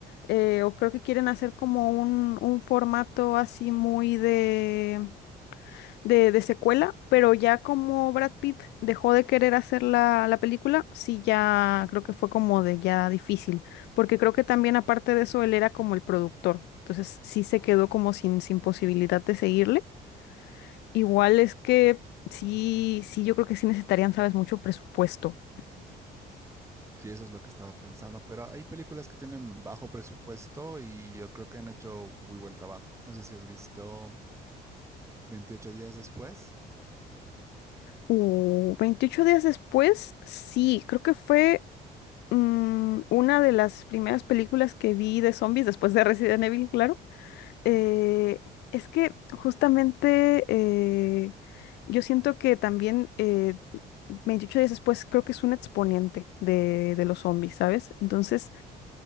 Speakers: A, on the left; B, on the right.
A: eh, o creo que quieren hacer como un, un formato así muy de, de, de secuela, pero ya como Brad Pitt dejó de querer hacer la, la película, sí ya creo que fue como de ya difícil, porque creo que también aparte de eso él era como el productor, entonces sí se quedó como sin, sin posibilidad de seguirle. Igual es que sí, sí, yo creo que sí necesitarían, sabes, mucho presupuesto.
B: Sí, eso es lo que estaba pensando, pero hay películas que tienen bajo presupuesto y yo creo que han hecho muy buen trabajo. No sé si has visto Veintiocho días después.
A: Uh, veintiocho días después, sí, creo que fue mm, una de las primeras películas que vi de zombies después de Resident Evil, claro. Eh, es que justamente eh, yo siento que también eh, 28 días después creo que es un exponente de, de los zombies, ¿sabes? Entonces,